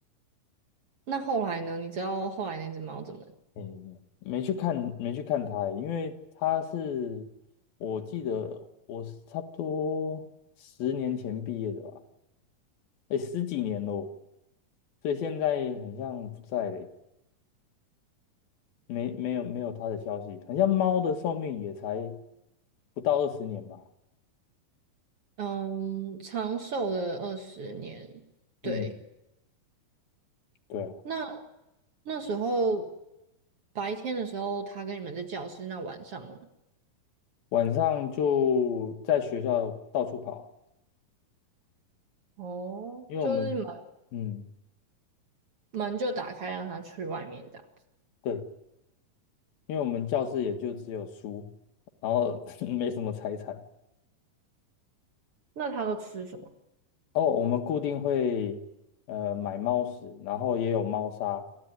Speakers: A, on the right; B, on the left.
A: 那后来呢？你知道后来那只猫怎么了
B: 嗯，没去看，没去看他欸，因为他是，我记得我是差不多十年前毕业的吧，哎，十几年喽，所以现在很像不在嘞，没没有没有他的消息，很像猫的寿命也才不到二十年吧，
A: 嗯，长寿了二十年。对，
B: 嗯，对啊，
A: 那那时候白天的时候，它跟你们在教室，那晚上呢？
B: 晚上就在学校到处跑，
A: 哦，
B: 因为我们，
A: 就是门
B: 嗯，
A: 门就打开，让它去外面这样子。
B: 对，因为我们教室也就只有书，然后 <laughs> 没什么财产。
A: 那它都吃什么？
B: 哦，我们固定会呃买猫屎，然后也有猫砂，